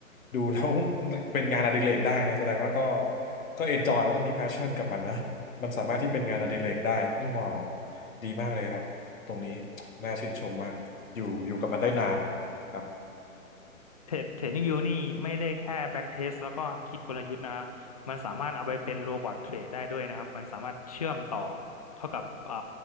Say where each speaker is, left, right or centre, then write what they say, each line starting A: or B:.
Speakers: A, on the left (about 70°); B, on the left (about 30°).
A: ดูแล้ว <laughs> เป็นงานอดิเรกได้เนี่ยแสดงว่าก็ก็เอนจอยแล้วก็มีแพชชั่นกับมันนะ มันสามารถที่เป็นงานอดิเรกได้อืมว้าวดีมากเลยครับ ตรงนี้น่าชื่นชมมากอยู่อยู่กับมันได้นานครับ
B: เทรดเทรดนิ่งวิวนี่ไม่ได้แค่แบ็กเทสแล้วก็คิดกลยุทธ์นะครับมันสามารถเอาไปเป็นโรบอทเทรดได้ด้วยนะครับมันสามารถเชื่อมต่อเข้ากับอ่า